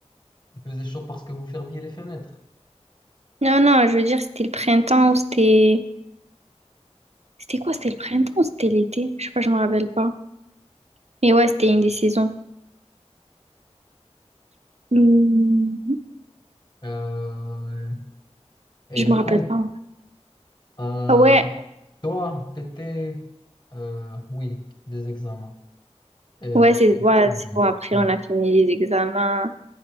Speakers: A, on the left (about 40°); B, on the right (about 70°).
A: Il faisait chaud parce que vous fermiez les fenêtres.
B: Non, non, je veux dire, c'était le printemps ou c'était. C'était quoi? C'était le printemps ou c'était l'été? Je sais pas, je me rappelle pas. Mais ouais, c'était une des saisons. Hmm,
A: Euh, et
B: Je
A: du
B: me rappelle
A: coup,
B: pas.
A: euh,
B: Ah ouais,
A: toi, t'étais, euh, oui, des examens. Et,
B: ouais, c'est ouais, c'est bon. Après,
A: Mm.
B: on a fini les examens.